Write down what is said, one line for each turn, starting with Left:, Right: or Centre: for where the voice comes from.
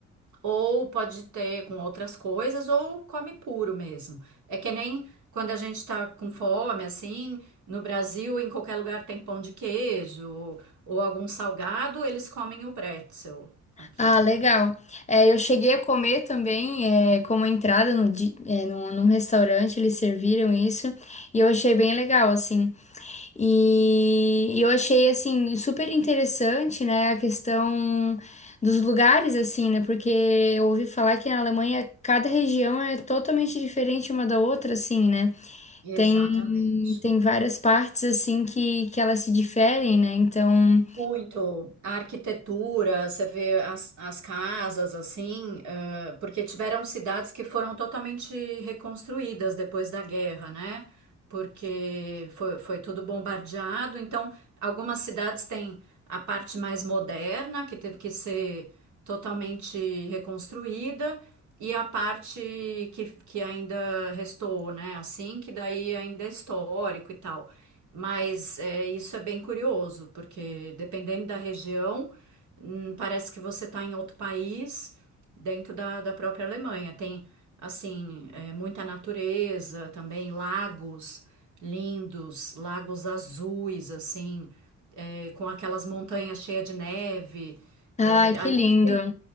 Right: ou pode ter com outras coisas, ou come puro mesmo. É que nem quando a gente tá com fome, assim, no Brasil, em qualquer lugar tem pão de queijo ou, ou algum salgado, eles comem o bretzel aqui.
Left: Ah, legal. É, eu cheguei a comer também, é, como entrada no, di- é, num, num restaurante, eles serviram isso, e eu achei bem legal, assim. E, e eu achei, assim, super interessante, né, a questão dos lugares, assim, né, porque eu ouvi falar que na Alemanha cada região é totalmente diferente uma da outra, assim, né.
Right: Exatamente.
Left: Tem, tem várias partes, assim, que, que elas se diferem, né, então...
Right: Muito. A arquitetura, você vê as, as casas assim. porque tiveram cidades que foram totalmente reconstruídas depois da guerra, né? Porque foi, foi tudo bombardeado. Então, algumas cidades têm a parte mais moderna, que teve que ser totalmente reconstruída, e a parte que, que ainda restou, né? Assim, que daí ainda é histórico e tal. Mas é, isso é bem curioso, porque dependendo da região, hum, parece que você está em outro país dentro da, da própria Alemanha. Tem, assim, é, muita natureza também, lagos lindos, lagos azuis, assim, é, com aquelas montanhas cheias de neve.
Left: Ai,
Right: É,
Left: que
Right: aliás,
Left: lindo.
Right: tem-